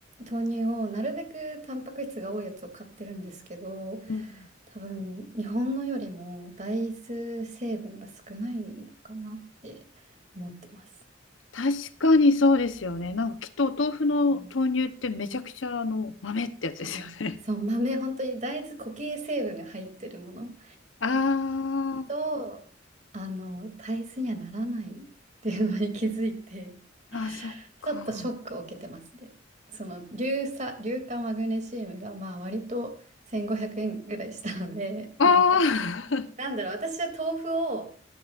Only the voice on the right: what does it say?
豆乳をなるべくタンパク質が多いやつを買ってるんですけど、
多分日本のよりも大豆成分が少ないかなって思ってます。
うん多分そう豆本当に大豆固形成分が入ってるもの
とあの大豆にはならないっていうのに気づいて
ちょっとショックを受けてますね。その硫酸、硫化マグネシウムがまあ割と1500円ぐらいしたのでなんか
なんだろう、私は豆腐を